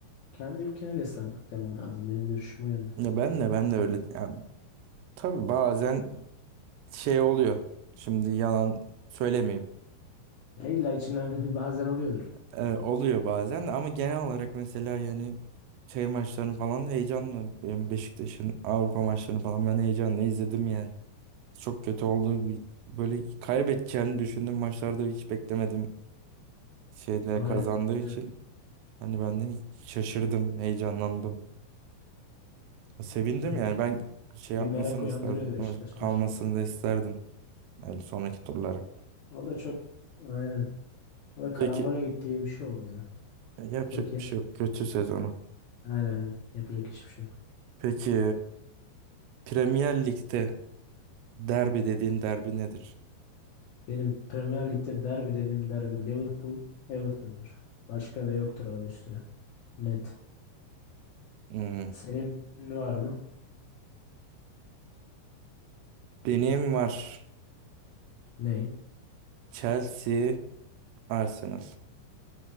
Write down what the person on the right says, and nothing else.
ya ben de ben de öyle yani Tabii bazen şey oluyor. Şimdi yalan söylemeyeyim.
Ee, oluyor bazen de ama genel olarak mesela yani şey maçlarını falan heyecanlı. Benim Beşiktaş'ın Avrupa maçlarını falan ben heyecanla izledim yani. Çok kötü oldu. Bir- Böyle kaybedeceğini düşündüm. Maçlarda hiç beklemedim. Şeyde
kazandığı için
hani ben de şaşırdım, heyecanlandım. Sevindim
yani ben şey yapmasını
isterdim.
e, Kalmasını
da isterdim. Yani sonraki turlara.
Peki
yapacak
bir şey yok. Kötü sezonu.
Peki Premier Lig'de derbi dediğin derbi nedir?
Hmm,
Benim var
Chelsea, Arsenal.